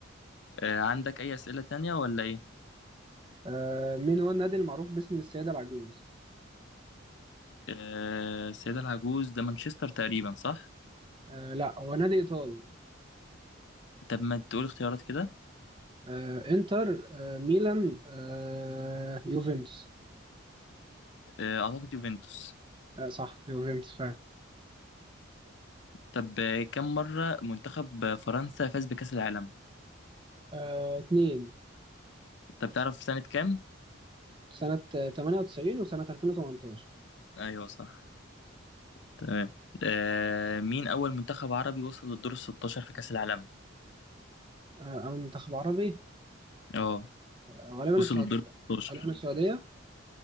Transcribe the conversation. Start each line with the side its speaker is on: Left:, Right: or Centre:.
Left: آه، عندك أي أسئلة تانية ولا ايه
Right: آه... مين هو النادي المعروف باسم السيدة العجوز
Left: آه، السيدة العجوز ده مانشستر تقريبا صح
Right: آه... لا هو نادي إيطالي
Left: طب ما تقول اختيارات كده
Right: آه... إنتر آه... ميلان آه... يوفنتوس
Left: آه، أعتقد يوفنتوس
Right: آه... صح يوفنتوس فعلا
Left: طب آه، كم مرة منتخب آه، فرنسا فاز بكأس العالم؟
Right: آه... اتنين
Left: طب تعرف سنة كام؟
Right: سنة 98 وسنة 2018
Left: أيوه صح تمام آه مين أول منتخب عربي وصل للدور الستاشر في كأس العالم؟
Right: آه، أو منتخب عربي
Left: اه
Right: آه، غالبا
Left: وصل
Right: السعودية
Left: للدور الستاشر
Right: غالبا السعودية